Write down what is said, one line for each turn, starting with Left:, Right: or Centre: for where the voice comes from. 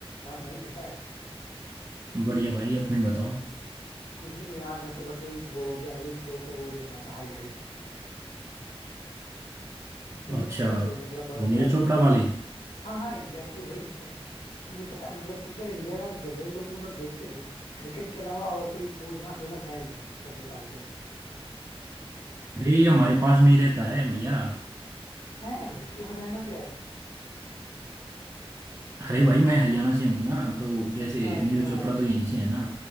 Left: और भाई कैसा है
Right: बढ़िया भाई अपनी बताओ
Left: कुछ भी नहीं यार मैं तो बस वही वो जेवलिन थ्रो के वो देख रहा था हाईलाइट्स तू देखती
Right: अच्छा
Left: हो वैसे भी मतलब
Right: वो नीरज
Left: जेवलिन
Right: चोपड़ा
Left: थ्रो
Right: वाली
Left: हाँ हाँ एग्जैक्टली भाई है। तुझे पता है मतलब क्योंकि यार इंडिया में यार जनरली लोग तो मतलब देखते नहीं है क्रिकेट के अलावा और कोई स्पोर्ट इतना फेमस है नहीं यार सच बताऊं तो
Right: अरे ये हमारे पास में ही रहता है भैया
Left: है तू हरियाणा से है
Right: अरे भाई मैं हरियाणा से हूँ ना तो जैसे
Left: अच्छा अच्छा
Right: नीरज चोपड़ा तो यहीं से है ना